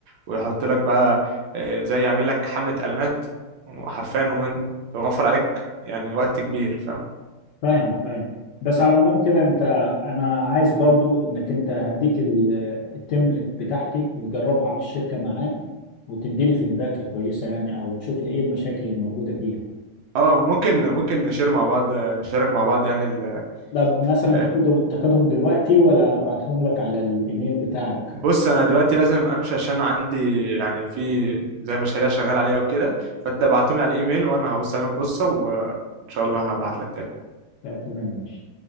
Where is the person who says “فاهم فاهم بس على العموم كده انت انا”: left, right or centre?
Left